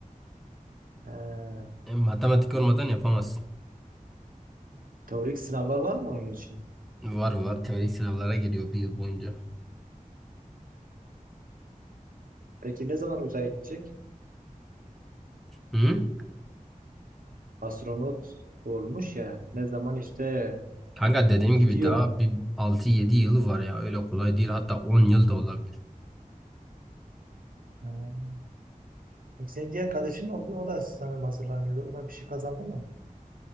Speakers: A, on the right; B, in the centre.
A: Ha,
B: E, matematik olmadan yapamazsın.
A: teorik sınavlar var mı onun için?
B: Var var teorik sınavlara giriyor bir yıl boyunca.
A: Peki ne zaman uzaya gidecek?
B: Hı?
A: Astronot olmuş ya. Ne zaman işte
B: Kanka dediğim
A: gidiyor.
B: gibi daha bir altı yedi yılı var ya öyle kolay değil hatta on yıl da olabilir.
A: Ha. Peki senin diğer kardeşin oldu. O da sanırım hazırlanıyordu. O da bir şey kazandı mı?